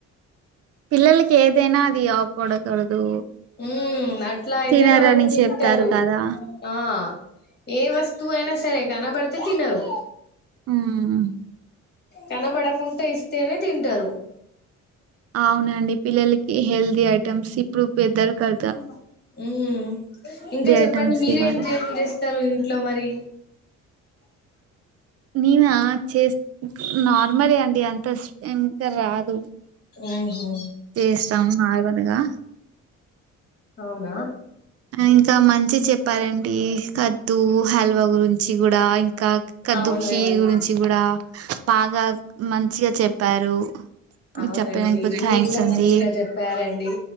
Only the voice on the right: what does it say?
పిల్లలకి ఏదైనా అది ఆపడకూడదు.
తినరని
చెప్తారు కదా!
ఉమ్
అవునండి పిల్లలకి హెల్తీ ఐటెమ్స్ ఇప్పుడు పెద్దరు క
ఐటెమ్స్
ఇవ్వాలి.
నేనా చేస్త నార్మలే అండి అంత ఇక రాదు
చేస్తాం నార్మల్గా
ఇంకా మంచి చెప్పారండి కద్దు హల్వ గురించి గుడా ఇంకా కద్దు
కీర్ గురించి కూడా బాగా మంచిగా చెప్పారు మీరు
చెప్పినందుకు
థ్యాంక్స్
అండి.